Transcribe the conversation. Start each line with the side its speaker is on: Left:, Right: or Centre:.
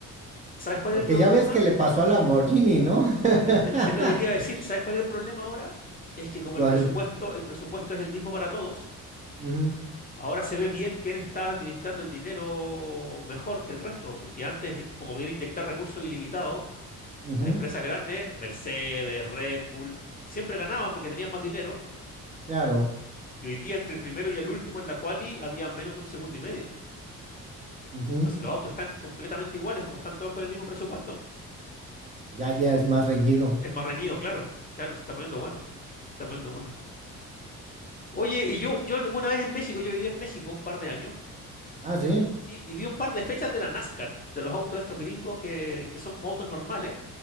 Left: ¿sabes cuál
Right: Porque
Left: es el problema?
Right: ya ves que le pasó a Lamborghini, ¿no? <laughs>
Left: Es, que le- es- es lo que te iba a decir. ¿Sabes cuál es el problema ahora? Es que como
Right: ¿Cuál?
Left: el presupuesto, el presupuesto es el mismo para todos,
Right: Ujú,
Left: ahora se ve bien quién está administrando el dinero mejor que el resto, porque antes, como viene a inyectar recursos ilimitados,
Right: ujú,
Left: las empresas grandes, Mercedes, Red Bull, siempre ganaban porque tenían más dinero,
Right: Claro.
Left: y hoy día entre el primero y el último en la quali había menos de un segundo y medio.
Right: ujú.
Left: Entonces los autos están completamente iguales, como están todos con el mismo presupuesto,
Right: Ya, ya es más reñido.
Left: es más reñido, claro. Claro, se está poniendo bueno. Se está poniendo bueno. Oye, y yo, yo alguna vez en México, yo viví en México un par de años,
Right: Ah, sí.
Left: sí, y vi un par de fechas de la NASCAR, de los autos estos gringos que, que son como autos normales.